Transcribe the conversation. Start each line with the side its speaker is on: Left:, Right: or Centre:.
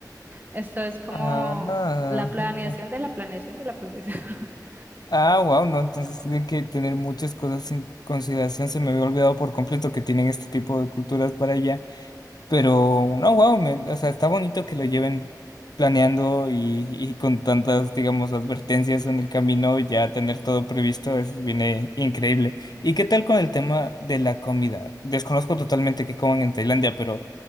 Right: esto es como
Left: Ah, ah,
Right: la planeación
Left: mira.
Right: de la planeación de la planeación. <laughs>
Left: Ah, wow, no, entonces tienen que tener muchas cosas en consideración. Se me había olvidado por completo que tienen este tipo de culturas para allá. Pero, no, wow, o sea, está bonito que lo lleven planeando y, y con tantas, digamos, advertencias en el camino, ya tener todo previsto, es, viene increíble. ¿Y qué tal con el tema de la comida? Desconozco totalmente qué coman en Tailandia, pero